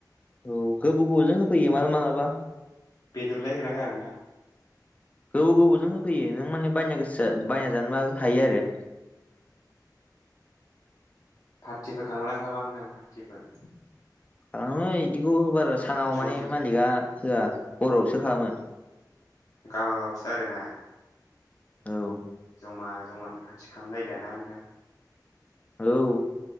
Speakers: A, on the left (about 20°); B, on the left (about 60°).
A: औ गोबाव गोबावजों होफैयो माला मालाबा
B: बेदरलाय होगोनना होया नोंथां?
A: गोबाव गोबावजों होफैयो नों माने बायनो गोसो जा बायना जानोबा हायो आरो।
B: पार्टिफोर खालामोना खालामा नोंथां पार्टिफोर।
A: खालामो इदिखौ बारा सानाव
B: सम
A: माने
B: सम
A: मालिका। होआ हरावसो खालामो
B: गावबागावसो आरोना
A: औ
B: जमा जमानो फाथि खालामलायो दाना नोंथां।
A: औ